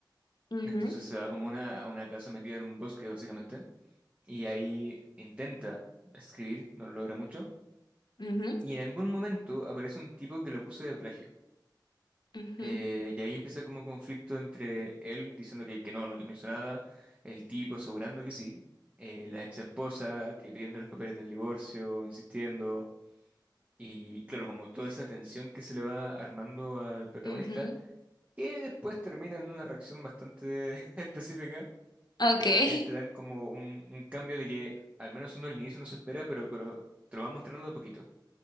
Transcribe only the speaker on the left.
ujú,
ujú,
ujú.
Ujú,
Ok.